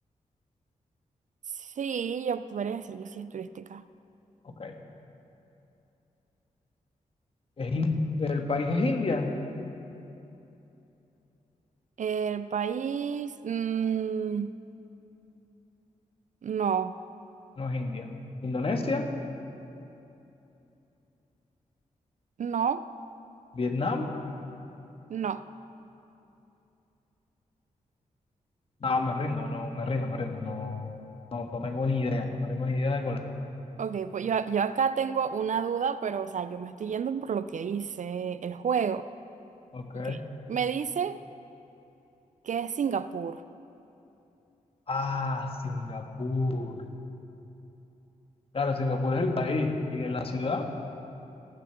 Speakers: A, on the right (about 60°); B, on the left (about 40°).
A: sí, yo podría decir que sí es turística.
B: Ok. ¿Es in- ¿El país es India?
A: El país, mm, no,
B: No es India. ¿Indonesia?
A: no,
B: ¿Vietnam?
A: no.
B: Ah, me rindo, no, me rindo, me rindo. No, no, no tengo ni idea. No tengo ni idea de cuál es.
A: Ok, pues yo, yo acá tengo una duda, pero o sea, yo me estoy yendo por lo que dice el juego.
B: Ok.
A: Ok, Me dice que es Singapur.
B: Ah, Singapur. Claro, Singapur es el país. ¿Y en la ciudad?